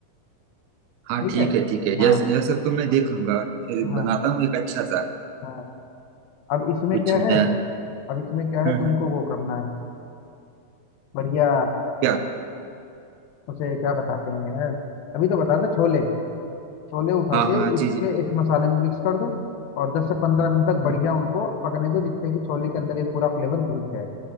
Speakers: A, on the right; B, on the left.
A: हाँ
B: ठीक
A: ठीक
B: है
A: है ठीक है
B: हाँ
A: यह यह सब तो मैं देख लूंगा फिर
B: हाँ
A: बनाता हूँ एक अच्छा सा
B: हाँ अब इसमें
A: कुछ
B: क्या
A: नया
B: है अब इसमें क्या है
A: हम्म
B: तुमको
A: हम्म
B: वो करना है बढ़िया
A: क्या
B: उसे क्या बताते हैं यार अभी तो बता दो छोले छोले उठा
A: हाँ
B: के
A: हाँ
B: इसके
A: जी जी
B: इस मसाले में मिक्स कर दो और 10 से 15 मिनट तक बढ़िया
A: हम्म
B: उनको पकने दो जिससे कि छोले के अंदर ये पूरा फ्लेवर घुस जाए